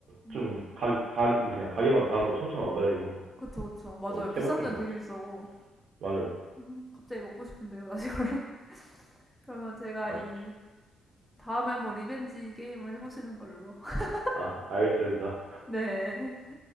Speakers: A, in the centre; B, on the right (about 60°).
A: 음,
B: 좀 가, 가, 그냥 가게마다 가격도 천차만별이고
A: 그쵸, 그쵸. 맞아요.
B: 너무 케바케인
A: 비싼 데는
B: 것
A: 되게
B: 같아요.
A: 비싸고.
B: 맞아요.
A: 음, 갑자기 먹고 싶은데요, 나시고랭. <laughs> 그러면 제가
B: 맛있죠.
A: 이 다음에 한번 리벤지 게임을 해보시는 걸로. <laughs>
B: 아, 알겠습니다.
A: 네.